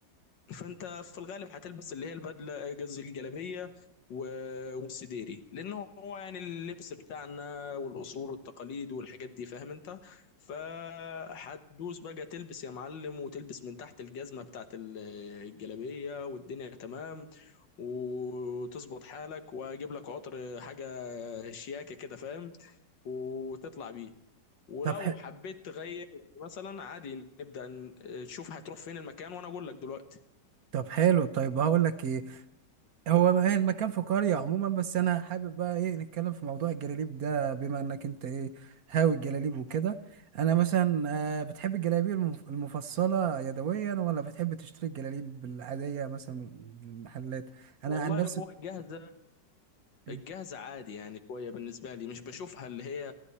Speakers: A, on the left; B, on the right.
A: فانت في الغالب هتلبس اللي هي البدله قصدي الجلابيه و- والسديري لان هو يعني اللبس بتاعنا والاصول والتقاليد والحاجات دي فاهم انت فهتدوس بقى تلبس يا معلم وتلبس من تحت الجزمه بتاعت ال- الجلابيه والدنيا تمام وتظبط حالك واجيب لك عطر حاجه شياكه كده فاهم وتطلع بيه ولو
B: طب ح...
A: حبيت تغير يعني مثلا عادي نبدأ ن- تشوف هتروح فين المكان وانا اقول لك دلوقتي
B: طب حلو طيب هقول لك ايه هو ما- إيه المكان في قرية عموما بس انا حابب بقى ايه نتكلم في موضوع الجلاليب ده بما انك انت ايه هاوي الجلاليب وكده انا مثلا آه بتحب الجلاليب المف... المفصلة يدويا ولا بتحب تشتري الجلاليب العادية مثلا من المحلات
A: والله
B: انا عن نفسي
A: هو الجاهزة
B: م،
A: الجاهزة عادي يعني شوية بالنسبة لي مش بشوفها اللي هي